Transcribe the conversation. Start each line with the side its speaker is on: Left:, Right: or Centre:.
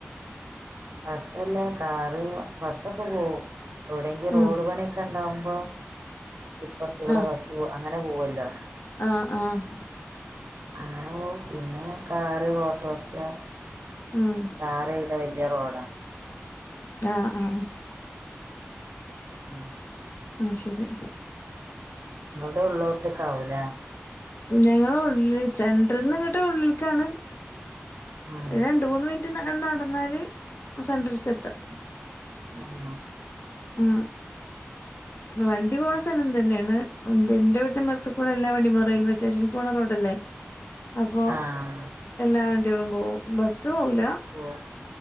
Right: ബസ്സല്ല കാറ് ബസ്സൊക്കെ പോവും എവിടെയെങ്കും
Left: ഉം
Right: റോഡ് പണിയൊക്കെ ഉണ്ടാവുമ്പോ ഇപ്പറത്ത കൂടെ
Left: ആഹ്
Right: ബസ് അങ്ങനെ പോവല്ലോ
Left: ആഹ് ആഹ്
Right: അങ്ങനെ പിന്നെ കാറ് ഓട്ടോറിക്ഷ
Left: ഉം
Right: ഡാർ ഇത വല്യ റോഡാ
Left: ആഹ് ആഹ്
Right: ഉം
Left: ആഹ് ശരി.
Right: നിങ്ങളുടെ ഉള്ളിലോട്ടേക്ക ആവൂലേ
Left: ഞങ്ങള ഉള്ളിൽ സെൻററിൽന്ന് നിങ്ങട്ട് ഉള്ളിലക്കാണ്
Right: ഉം
Left: ഒരു രണ്ട മൂന്ന് മിനി റ്റ് നടന്നാല് സെന്ററിക്ക് എത്താം.
Right: ആഹ്
Left: ആഹ് വണ്ടി പോണ സ്ഥലം തന്നെയാണ് എ എന്റെ വീട്ടന്റെ മറത്തുക്കൂടെ എല്ലാ വണ്ടി പോ റെയിൽവേ സ്റ്റേഷൻ കോണ റോഡ്ല്ലേ അപ്പോൾ
Right: ആഹ് ആഹ്
Left: എല്ലാ വണ്ടികളും പോവും ബസ്സ് പോകില്ല.
Right: ഓഹ്